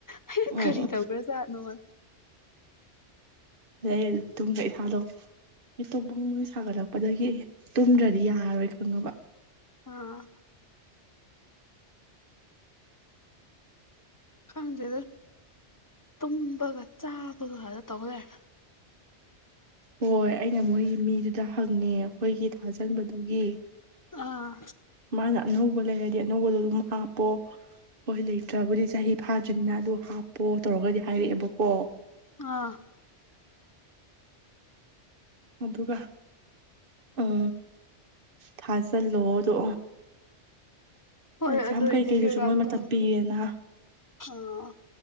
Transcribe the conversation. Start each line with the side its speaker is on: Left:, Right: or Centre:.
Left: ꯑꯩꯅ
Right: ꯎꯝ
Left: ꯀꯔꯤ ꯇꯧꯒ꯭ꯔꯖꯥꯠꯅꯣꯅ
Right: ꯑꯗꯩ ꯇꯨꯝꯕ ꯏꯁꯥꯗꯣ ꯃꯤꯇꯣ ꯕꯡ ꯕꯡ ꯁꯥꯒꯠꯂꯛꯄ ꯑꯗꯒꯤ ꯇꯨꯝꯗ꯭ꯔꯗꯤ ꯌꯥꯔꯔꯣꯏ ꯈꯪꯉꯕ
Left: ꯑꯣ ꯈꯪꯗꯦꯗ ꯇꯨꯝꯕꯒ ꯆꯥꯕꯒꯗ ꯇꯧ ꯂꯩꯔꯦ
Right: ꯍꯣꯏ ꯑꯩꯅ ꯃꯣꯏꯒꯤ ꯃꯤꯗꯨꯗ ꯍꯪꯉꯦ ꯑꯩꯈꯣꯏꯒꯤ ꯊꯥꯖꯟꯕꯗꯨꯒꯤ
Left: ꯑꯥ
Right: ꯃꯥꯅ ꯑꯅꯧꯕ ꯂꯩꯔꯗꯤ ꯑꯅꯧꯕꯗꯣ ꯑꯗꯨꯝ ꯍꯥꯞ ꯄꯣ ꯍꯣꯏ ꯂꯩꯇ꯭ꯔꯕꯨꯗꯤ ꯆꯍꯤ ꯐꯥꯗ꯭ꯔꯤꯝꯅꯤꯅ ꯑꯗꯨ ꯍꯥꯞꯄꯣ ꯇꯧꯔꯒꯗꯤ ꯍꯥꯏꯔꯛ꫰ꯑꯦꯕꯀꯣ
Left: ꯑꯥ
Right: ꯑꯗꯨꯒ ꯑꯥ ꯊꯥꯖꯤꯜꯂꯣꯗꯣ
Left: ꯍꯣꯏ
Right: ꯑꯦꯛꯖꯥꯝ
Left: ꯑꯗꯨ
Right: ꯀꯩꯀꯩꯗꯨꯁꯨ
Left: ꯏꯗꯤꯠ ꯀꯩꯀꯥ
Right: ꯃꯣꯏ ꯃꯇꯝ
Left: ꯇꯧ
Right: ꯄꯤꯌꯦꯅ
Left: ꯑꯥ